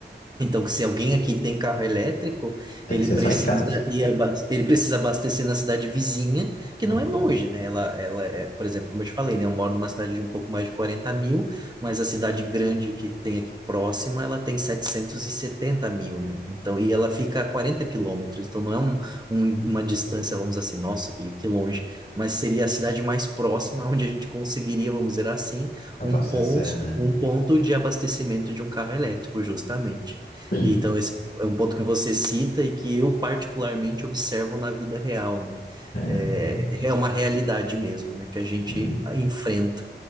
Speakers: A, on the right; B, on the left.
A: Então, que se alguém aqui tem carro elétrico,
B: Tem
A: ele
B: que ser
A: precisa
B: só em casa.
A: ir abas- ele precisa abastecer na cidade vizinha, que
B: Uhum.
A: não é longe, né? Ela, ela é, por exemplo, como eu te falei, né? Eu moro numa cidade de um pouco mais de 40 mil, mas a cidade grande que tem aqui próxima, ela tem 770 mil, né? Então, e ela fica a 40 quilômetros, então não é um, um- uma distância, vamos dizer assim, nossa, que, que longe, mas seria a cidade mais próxima onde a gente conseguiria, vamos dizer assim,
B: Abastecer,
A: um posto,
B: né?
A: um ponto de abastecimento de um carro elétrico, justamente.
B: <clears throat>
A: E Então, esse é um ponto que você cita e que eu particularmente observo na vida real, né?
B: É,
A: É,
B: exatamente.
A: é uma realidade mesmo, né? Que a gente
B: Hum.
A: enfrenta,